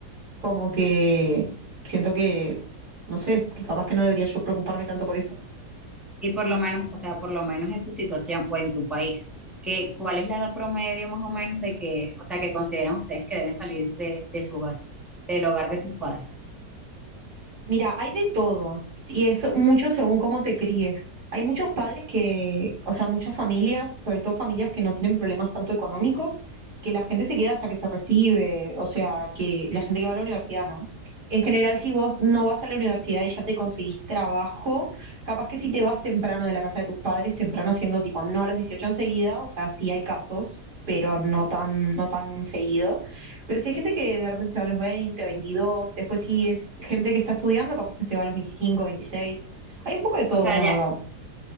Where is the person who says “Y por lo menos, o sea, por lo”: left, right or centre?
Centre